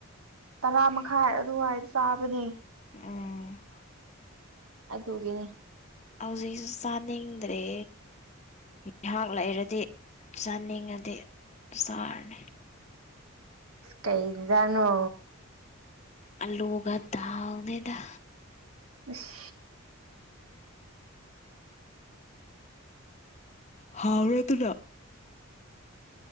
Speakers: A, on the right; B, on the left.
A: ꯇꯔꯥ ꯃꯈꯥꯏ ꯑꯗꯨꯋꯥꯏꯗ ꯆꯥꯕꯅꯦ
B: ꯎꯝ
A: ꯑꯗꯨꯒꯤꯅꯦ
B: ꯍꯧꯖꯤꯛꯁꯨ ꯆꯥꯅꯤꯡꯗ꯭ꯔꯦ ꯉꯍꯥꯛ ꯂꯩꯔꯗꯤ ꯆꯥꯅꯤꯡꯉꯗꯤ ꯆꯥꯔꯅꯤ
A: ꯀꯩꯏꯟꯖꯥꯡꯅꯣ
B: ꯑꯜꯂꯨꯒ ꯗꯜꯅꯦꯗ
A: ꯑꯁ
B: ꯍꯥꯎꯕꯔ ꯇꯨꯂ